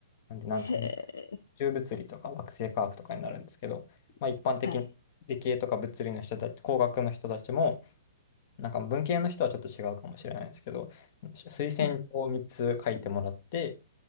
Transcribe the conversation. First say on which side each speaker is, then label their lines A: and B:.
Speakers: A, on the left; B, on the left.
A: なんで、なん宇
B: へえ、
A: 宙物理とか惑星科学とかになるんですけど、まあ一般的に理系とか物理の人たち、
B: はい、
A: 工学の人たちも、なんか文系の人はちょっと違うかもしれないですけど、推薦状を3つ書いてもらって、
B: はい、